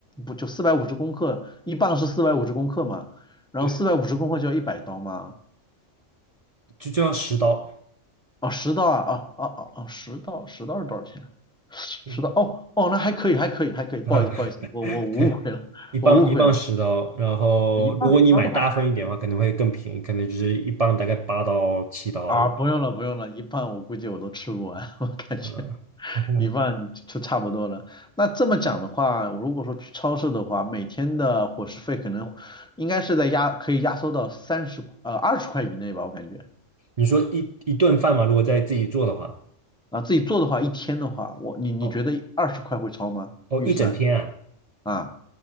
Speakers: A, in the centre; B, on the right.
A: 不就四百五十公克，一磅是四百五十公克嘛，然后四百五十公克就要一百刀吗？
B: 对，就就要十刀，
A: 哦，十刀啊，哦哦哦哦，十刀十刀是多少钱？
B: 是的
A: 是刀哦哦，那还可以，还可以，还可以，不好意思，
B: 啊，
A: 不好意思，
B: <laughs>
A: 我我误会了，
B: 对，一磅一磅十刀。
A: 我误会了，
B: 然后如果你买大份一点的话，
A: 一磅十刀的话，那还可以
B: 可能会更便宜，可能就是一磅大概八刀七刀一点。
A: 啊，不用了，不用了，一半我估计我都吃不完，<laughs> 我感觉
B: 嗯，<laughs>
A: 一半就差不多了。那这么讲的话，我如果说去超市的话，每天的伙食费可能应该是在压，可以压缩到三十呃二十块以内吧，我感觉
B: 你说一一顿饭嘛，如果在自己做的话，
A: 啊，自己做的话，一天的话，我你你觉得二十块会超吗？
B: 哦哦，
A: 预算
B: 一整天啊。
A: 啊，